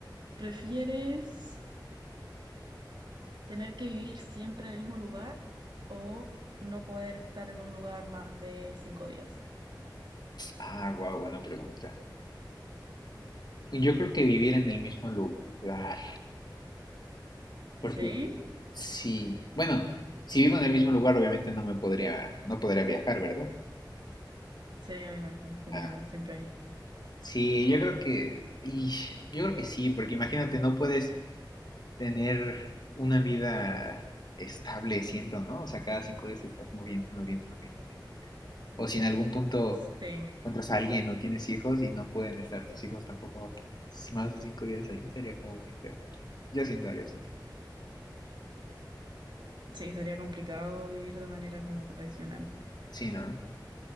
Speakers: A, on the right (about 70°); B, on the left (about 60°).
A: ¿prefieres tener que vivir siempre en el mismo lugar o no poder estar en un lugar más de cinco días?
B: Ah, wow, buena pregunta. Yo creo que vivir en el mismo lugar, porque
A: Sí.
B: sí, bueno, si vivo en el mismo lugar, obviamente no me podría, no podría viajar, ¿verdad?
A: Sí, obviamente, sería
B: Ah,
A: siempre ahí.
B: sí, yo creo que, y yo creo que sí, porque imagínate, no puedes tener una vida estable, siento, ¿no? O sea, cada cinco días te estás moviendo y moviendo y moviendo y moviendo. O si en algún punto
A: Sí,
B: encuentras a alguien o tienes hijos y no pueden estar tus hijos tampoco más de cinco días ahí, sería como muy feo. Yo siento, yo siento.
A: sí, estaría complicado vivir de manera como tradicional.
B: Sí, ¿no?